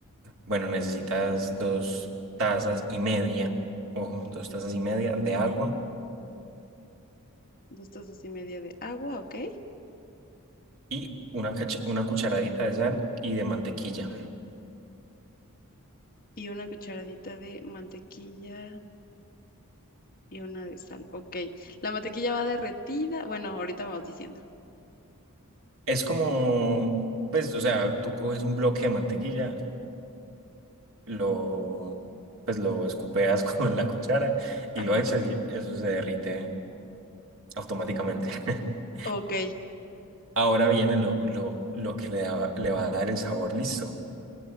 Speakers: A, on the right (about 65°); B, on the left (about 40°).
A: Bueno, necesitas dos tazas y media, ojo, dos tazas y media de agua
B: Dos tazas y media de agua, ok.
A: y una, cacha- una cucharadita de sal y de mantequilla.
B: Y una cucharadita de mantequilla y una de sal, ok. La mantequilla va derretida. Bueno, ahorita me vas diciendo.
A: Es como, pues, o sea, tú coges un bloque de mantequilla, lo, pues, lo escupeas <laughs> con la cuchara y
B: Ajá.
A: lo echas y eso se derrite automáticamente. <laughs>
B: Ok,
A: Ahora viene lo, lo, lo que le, da- le va a dar el sabor, listo.